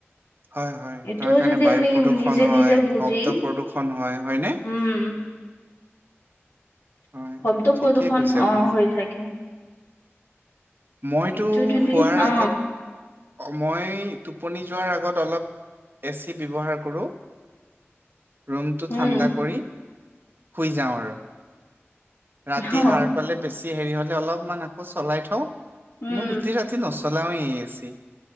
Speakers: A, on the right; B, on the left.
A: হয় হয়,
B: এইটোও
A: তাৰ কাৰণে
B: যদি
A: বায়ু
B: আমি
A: প্ৰদূষণ
B: নিজে
A: হয়,
B: নিজে বুজি
A: শব্দ প্ৰদূষণ হয়, হয়নে?
B: উম
A: হয়,
B: শব্দ
A: ঠিকেই
B: প্ৰদূষন
A: কৈছে আপুনি।
B: অ হৈ থাকে।
A: মইতো
B: এইটো যদি
A: শুৱাৰ
B: অ
A: আগত অ মই টোপনি যোৱাৰ আগত অলপ এ চি ব্যৱহাৰ কৰোঁ।
B: <inaudible>
A: ৰুমটো
B: উম
A: ঠাণ্ডা কৰি শুই যাওঁ আৰু। ৰাতি
B: অ
A: সাৰ পালে বেছি হেৰি হলে অলপমান আকৌ চলাই থওঁ
B: উম
A: মই গোটেই ৰাতি নচ চলাওঁৱে এ চি।